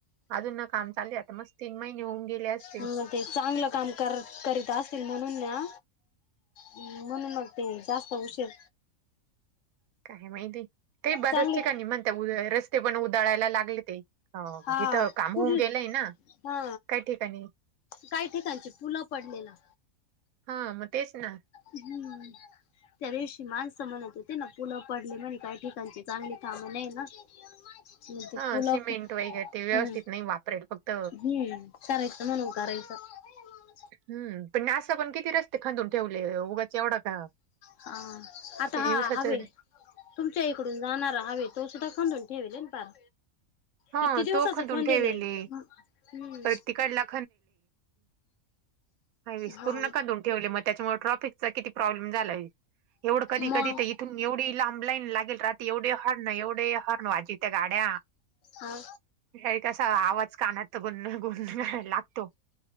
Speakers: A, on the right (about 80°); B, on the left (about 70°).
A: अजून ना काम चालू आहे मस् तीन महिने होऊन गेले असतील
B: ह ते चांगलं काम कर करीत असतील म्हणून न. ह् म्हण मगते जास्त उशीर
A: काय माहिती काही बधच
B: चांगले
A: ठिकाणी म्हणता रस्ते पण उधाळायला लागले ते ह
B: हा
A: जिथं काम
B: कुठ
A: होऊन गेलंय ना
B: हा
A: काही ठिकाणी
B: काही ठिकाणची पुलं पडलेला.
A: हा मग तेच ना.
B: हम्म. त्या दिवशी माणसं म्हणत होते ना पुलं पडली म्हणे काही ठिकाणची चांगली थांब नाही ना. ते
A: हा
B: फुलं
A: सिमेंट वगैरे ते व्यवस्थित
B: हम्
A: नाही वापरेल फक्त
B: हम्म करायच म्हणून करायचं. <unintelligible>
A: हम् पण ना पण किती रस्ते खांदून ठेवले उगाच एवढा का?
B: हा
A: किती
B: आता हा
A: दिवसाच
B: हवे तुमच्या इकडून जाणारा हव. तो सुद्धा खडून ठेवल पार.
A: हा
B: किती दिवसाचं
A: तो खंदून
B: थंडलंय
A: ठेवेले
B: हम्म.
A: परत तिकडला हवीस
B: हा
A: पूर्ण कधून ठेवले मग त्याच्यामुळे ट्राफिकचा किती प्रॉब्लेम झालाय एवढं कधी
B: मग
A: कधी तर तथून एवढी लांब लाईन लागेल रात एवढे हॉर्ण एवढे हॉर्न वाजी त्या गाड्या
B: हा.
A: री कसा आवाज कानाचा ग गण लागतो.